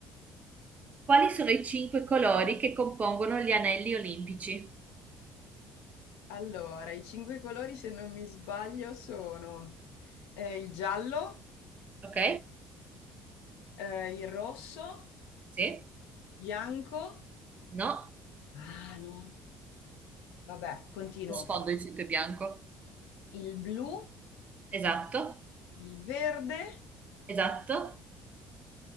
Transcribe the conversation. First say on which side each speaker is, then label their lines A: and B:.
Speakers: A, on the right; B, on the left.
A: quali sono i cinque colori che compongono gli anelli olimpici?
B: allora, i cinque colori, se non mi sbaglio, sono eh, il giallo,
A: Ok?
B: eh, il rosso,
A: Sì?
B: bianco.
A: No?
B: Ah, no. Vabbè, continuo.
A: Lo sfondo di sito è bianco.
B: Il blu,
A: Esatto?
B: il verde
A: Esatto?